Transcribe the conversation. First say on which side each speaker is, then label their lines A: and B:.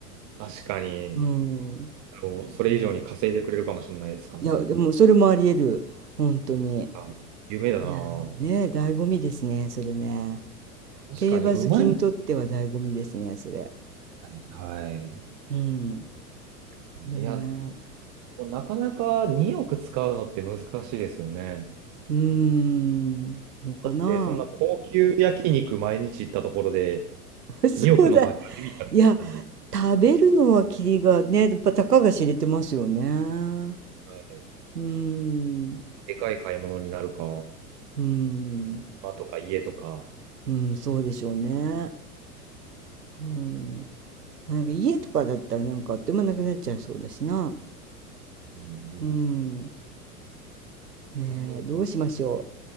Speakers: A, on the right; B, on the right.
A: 確かに、
B: うん。
A: あの、それ以上に稼いでくれるかもしれないですからね。
B: ねえいや、でもそれもあり得る。本当に。
A: あ、夢だな。
B: いやーね、醍醐味ですね、それね。
A: 確かに、
B: 競馬好きにとっては醍醐味ですね、
A: うまいです
B: それ。
A: ね。はい。
B: うん。ねえ。
A: いや、なかなか2億使うのって難しいですよね。
B: うーん。のかな。
A: だって、そんな高級焼肉毎日行ったところで、
B: <laughs> そうだ。
A: 2億の場合はビビったらじゃないです
B: いや、食べるのはキリがね、やっぱたかが知れてますよね。
A: か、はい、
B: うーん。
A: でかい買い物になるか、
B: うーん。
A: 場とか家とか。
B: うん、そうでしょうね。うん。
A: う
B: なんか家とかだったらなんかあっという間なくなっちゃいそうだしな。
A: んうん、
B: うん。ねえ、
A: 何か。
B: どうしましょ